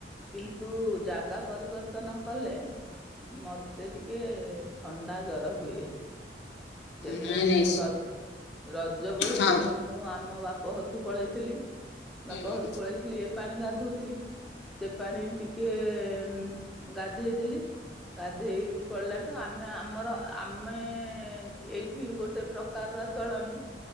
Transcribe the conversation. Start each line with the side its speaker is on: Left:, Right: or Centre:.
Centre: କିନ୍ତୁ ଜାଗା ପରିବର୍ତ୍ତନ କଲେ? ମତେ ଟିକେ ଥଣ୍ଡା ଜର ହୁଏ ସେ
Left: ନାଇଁ
Centre: ମୁଁ
Left: ନାଇଁ ସେ
Centre: ର ରଜ ବଳକୁ
Left: ହଁ
Centre: ମୁଁ ଆମ ବାପ ଘରକୁ ପଳେଇଥିଲି
Left: ହୁଁ
Centre: ବାପ ଘରକୁ ପଳେଇଥିଲି ଏ ପାଣି ଗାଧଉଥିଲି। ସେ ପାଣି ଟିକେ ଉଁ ଗାଧେଇ ଦେଲି। ଗାଧେଇ ପଲାଠୁ ଆମେ ଆମର ଆମେ ଏଇଠି ଗୋଟେ ପ୍ର କାରର ଚଳଣି